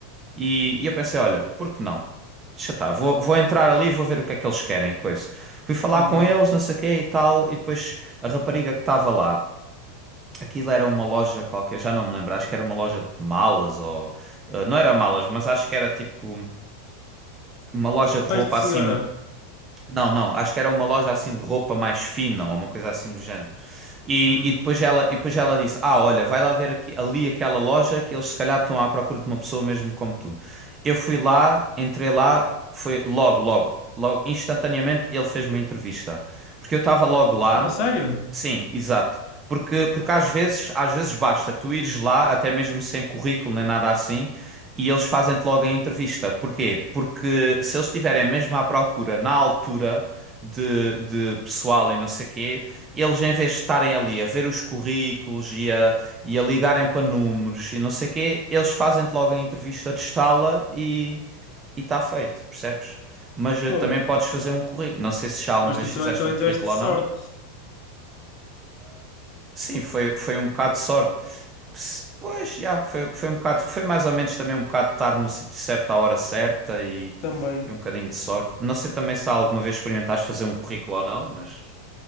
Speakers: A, on the right; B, on the left.
A: e, e eu pensei, olha, por que não? Deixa estar, vou, vou entrar ali e vou ver o que é que eles querem, e coisa. Fui falar
B: Uhum.
A: com eles, não sei o quê e tal, e depois a rapariga que estava lá, aquilo era uma loja qualquer, já não me lembro, acho que era uma loja de malas ou... eh, não era malas, mas acho que era tipo uma loja de
B: Pais
A: roupa
B: de senhora.
A: assim... Não, não, acho que era uma loja assim de roupa mais fina ou uma coisa assim do género. E,
B: Uhum.
A: e depois ela, e depois ela disse: Ah, olha, vai lá ver aqui- ali aquela loja que eles se calhar estão à procura de uma pessoa mesmo como tu. Eu fui lá, entrei lá, foi logo, logo, logo, instantaneamente ele fez uma entrevista. Porque eu estava logo lá.
B: Oh, sério?
A: Sim, exato. Porque, porque às vezes, às vezes basta tu ires lá, até mesmo sem currículo nem nada assim, e eles fazem-te logo a entrevista. Porquê? Porque se eles estiverem mesmo à procura na altura de, de pessoal e não sei quê eles em vez de estarem ali a ver os currículos e a, e a ligarem para números e não sei o quê, eles fazem-te logo a entrevista de estala e está feito, percebes? Mas eh,
B: Pô,
A: também podes fazer um currículo. Não sei se já alguma
B: mas
A: vez
B: tu
A: fizeste
B: também, também
A: um currículo
B: tiveste sorte
A: ou não. Sim, foi, foi um bocado de sorte. Se- Pois, já, foi, foi um bocado, foi mais ou menos também um bocado de estar no sítio certo à hora certa e,
B: também.
A: e um bocadinho de sorte. Não sei também se alguma vez experimentaste fazer um currículo ou não, mas.